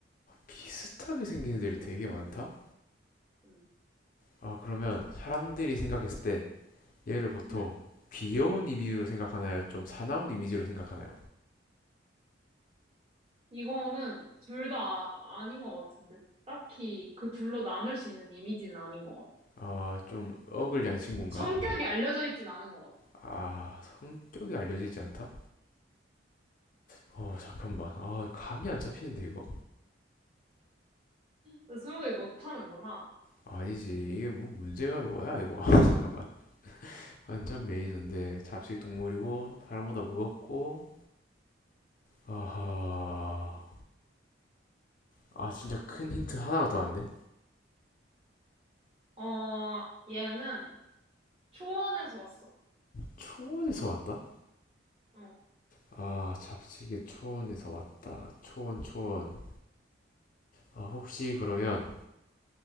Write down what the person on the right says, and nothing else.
응.
응.
이거는 둘 다 아닌 것 같은데. 딱히 그 둘로 나눌 수 있는 이미지는 아닌 것 같아.
성격이 알려져 있진 않은 것
같아. 스무 개 못하는구나.
어, 얘는 초원에서 왔어.
어.